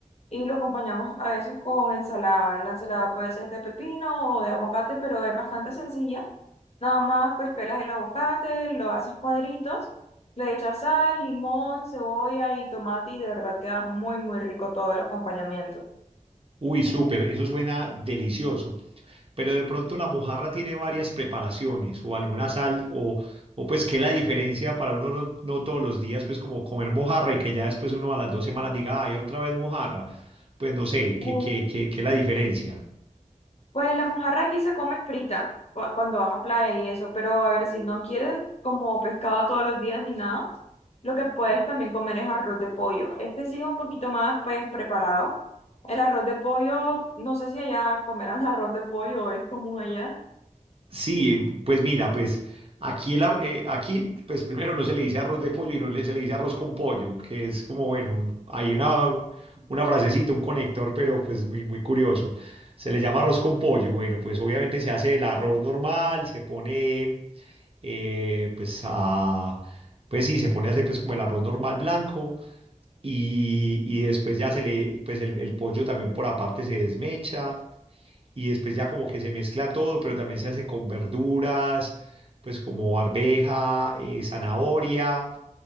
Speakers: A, on the left (about 50°); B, on the right (about 45°).
A: y lo acompañamos a veces con ensalada. La ensalada puede ser de pepino o de aguacate, pero es bastante sencilla. Nada más pues pelas el aguacate, lo haces cuadritos, le echas sal, limón, cebolla y tomate y de verdad queda muy muy rico todo el acompañamiento.
B: Uy, súper, eso suena delicioso. Pero de pronto la mojarra tiene varias preparaciones o alguna sal o, o pues qué es la diferencia para uno no, no todos los días pues como comer mojarra y que ya después uno a las dos semanas diga, ay, otra vez mojarra. Pues no sé, ¿qué,
A: Eh,
B: qué, qué, qué es la diferencia?
A: Pues la mojarra aquí se come frita cu- cuando vas a playa y eso, pero a ver, si no quieres como pescado todos los días ni nada, lo que puedes también comer es arroz de pollo. Este sí es un poquito más pues preparado. El arroz de pollo, no sé si allá comerán <laughs> arroz de pollo es común allá.
B: Sí, pues mira, pues aquí, el ar- eh, aquí, pues primero no se le dice arroz de pollo y no le- se le dice arroz con pollo, que es como, bueno, hay una, una frasecita, un conector, pero pues muy, muy curioso. Se le llama arroz con pollo. Bueno, pues obviamente se hace el arroz normal, se pone, eh, pues a, pues sí, se pone a hacer pues como el arroz normal blanco y, y después ya se le, pues el, el pollo también por aparte se desmecha y después ya como que se mezcla todo, pero también se hace con verduras, pues como arveja, eh, zanahoria